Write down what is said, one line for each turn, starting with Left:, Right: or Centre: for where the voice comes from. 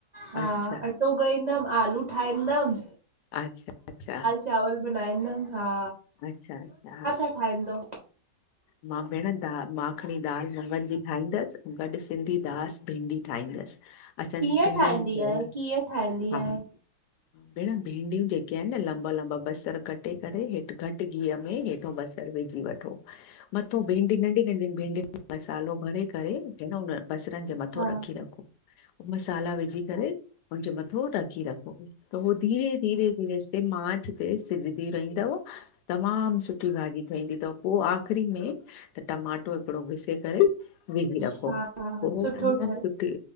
Right: हा
Left: अच्छा
Right: अटो गोईंदम, आलू ठाइंदम
Left: अच्छा- अच्छा।
Right: चांवल बनाईंदमि, हा।
Left: अच्छा- अच्छा।
Right: ठाहींदो।
Left: मां भेणं, दा, मां मखणी दाल मुङनि जी ठाहींदसि, अंउं गॾु सिंधी दास भिंडी ठाहींदसि। असांजी
Right: कीअं
Left: सिंधियुनि
Right: ठाहींदी आहे कीअं ठाहींदी
Left: हा
Right: आहे?
Left: भेंण भींंडियूं जेके आहिनि न लंबा- लंबा बसर कटे करे हेठि घटि -टि घीअ में हेठों बसरु विझी वठो मथों भिंडी नंढी- नंढी भिंडियुनि खे मसालो भरे करे जींअ न हुन बसरनि जे मथो
Right: हा
Left: रखी रखो, पो मसाला विझी करे उनजे मथो रखी रखो। त हो धीरे- धीरे- धीरे सिम आंच ते सिझदी रहींदव तमामु सुठी भाॼी ठहंदी थव। पो आख़िरी में त टमाटो हिकिड़ो घिसे करे विझी रखो।
Right: हा हा
Left: पो
Right: सुठो
Left: तमाम
Right: ठहे
Left: सुठी।